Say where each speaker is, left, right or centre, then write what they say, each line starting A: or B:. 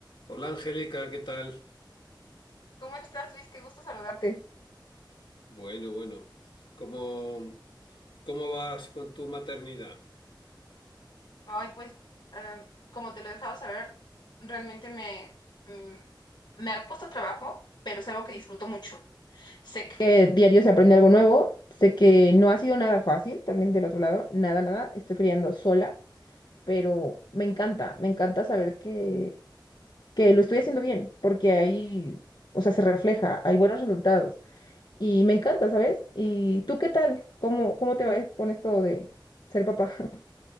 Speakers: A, on the left; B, on the left.
A: Hola Angélica, ¿qué tal?
B: ¿Cómo estás, Luis? Qué gusto saludarte.
A: Bueno, bueno. ¿Cómo, cómo vas con tu maternidad?
B: Ay, pues, em, como te lo he dejado saber, realmente me, mm, me ha costado trabajo, pero es algo que disfruto mucho. Sé que diario se aprende algo nuevo, sé que no ha sido nada fácil, también del otro lado, nada, nada, estoy criando sola, pero me encanta, me encanta saber que, que lo estoy haciendo bien, porque ahí, o sea, se refleja, hay buenos resultados y me encanta, ¿sabes? ¿Y tú qué tal? ¿Cómo, cómo te va con esto de ser papá? <laughs>